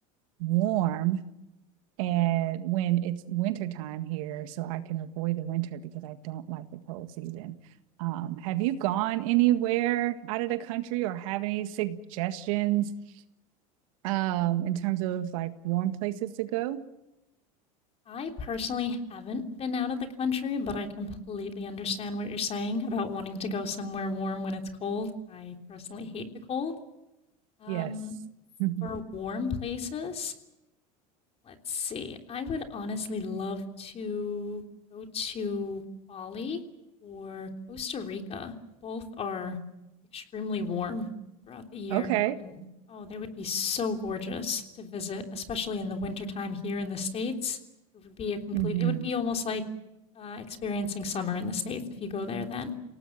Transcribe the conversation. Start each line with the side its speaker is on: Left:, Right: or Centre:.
Right: warm and when it's winter time here, so I can avoid the winter because I don't like the cold season. Um, have you gone anywhere out of the country or have any suggestions? um in terms of like warm places to go
Left: I personally haven't been out of the country, but I completely understand what you're saying about wanting to go somewhere warm when it's cold. I personally hate the cold. Um,
Right: Yes. <laughs>
Left: for
Right: Mhm.
Left: warm places, Let's see. I would honestly love to go to Bali or Costa Rica. Both are extremely warm throughout the year.
Right: okay
Left: And oh, they would be so gorgeous to visit, especially in the wintertime here in the States. It would be a complete,
Right: hmm
Left: it would be almost like uh, experiencing summer in the States if you go there then.